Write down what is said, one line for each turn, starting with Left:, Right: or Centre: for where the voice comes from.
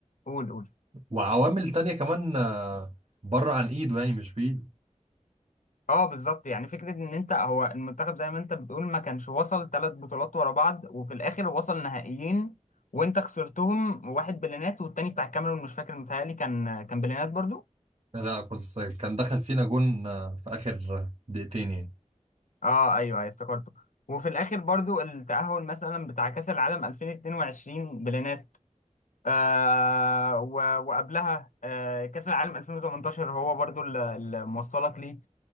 Left: قول قول
Right: وعوامل تانية كمان آه، بره عن ايده يعني مش بايده
Left: اه بالظبط يعني فكرة ان انت هو المنتخب زي ما انت بتقول ما كانش وصل ثلاث بطولات ورا بعض وفي الاخر وصل نهائيين وانت خسرتهم واحد بلينات والتاني بتاع الكاميرون مش فاكر متهيألي كان كان بلينات برضو
Right: لا بس كان دخل فينا جون آه، في اخر دقيقتين يعني
Left: اه ايوه ايوه افتكرته وفي الاخر برضو التأهل مثلا بتاع كأس العالم 2022 بلينات آه و- وقبلها آه كأس العالم 2018 هو برضو ال- اللي موصلك ليه